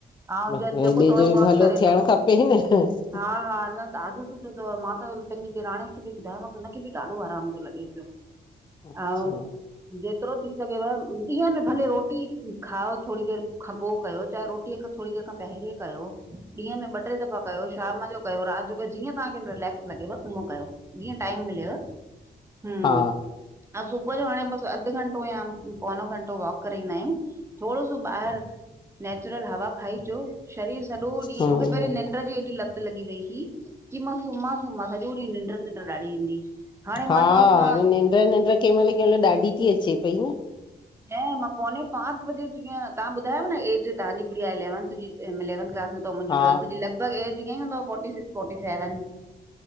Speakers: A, on the right (about 15°); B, on the left (about 25°).
A: अऊं
B: भई
A: जेको
B: ॿिए
A: थोड़ो
B: जो
A: बहुत
B: बि भलो
A: करे सघऊं।
B: <unintelligible>
A: हा हा, न ॾाढो सुठो तव मां त पैंजी निराण खे बि ॿुधायोमांस, त हुनखे बि ॾाढो आराम तो लॻेस पियो।
B: <inaudible> अच्छा
A: अऊं जेतिरो थी सघेव, ॾीहं में भले रोटी खाओ थोरी देरि खां पोइ कयो, चाहे रोटी रोटी खां थोरी देर खां पहिरियों कयो, ॾींहं में ॿ टे दफ़ा कयो, शाम जो कयो, राति जो कयो ॼीअं तव्हांखे रिलेक्स लॻेव ऊअं कयो। जीअं टाइम मिलेव, हम्म
B: हा
A: हा, सुबुह जो हाणे बस अधु घंटो या पौणो घंटो वॉक करे ईंदा आहियूं। थोरो सो ॿाहिरि नेचुरल हवा खाई अचो, शरीर सॼो ॾींहुं
B: हूं
A: मूंखे ऐॾी लत लॻी वई हुई, कि मां सुम्हां सुम्हां सॼो ॾींहुं निंड निंड ॾाढी ईंदी। हाणे
B: हा,
A: मान लो असां
B: हाणे निंड निंड कंहिं महिल, कंहिं महिल ॾाढी थी अचे पई न
A: न मां पोनें पांच बजे ऊथंदी आहियां, तव्हां ॿुधायो न ऐज तव्हांजे गुडिया इलेवंथ जी इलेवन्थ क्लास में तव मुंहिंजी
B: हा
A: टवेल्थ जी लॻभग ऐज इअं ही हूंदव, फौटी सिक्स, फौटी सेवन